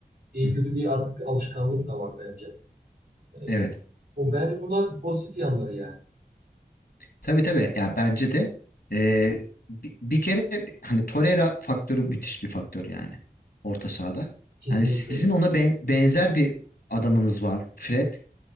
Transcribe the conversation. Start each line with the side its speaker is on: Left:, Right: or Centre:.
Right: İyi
Left: Hı hı.
Right: kötü bir artık bir alışkanlık da var bence. E,
Left: Evet.
Right: bu bence bunlar pozitif yanları yani.
Left: Tabii tabii ya bence de e, bi- bir, kere hani Torreira faktörü müthiş bir faktör yani orta sahada.
Right: Kesinlikle
Left: Hani sizin
Right: öyle.
Left: ona ben- benzer bir adamınız var Fred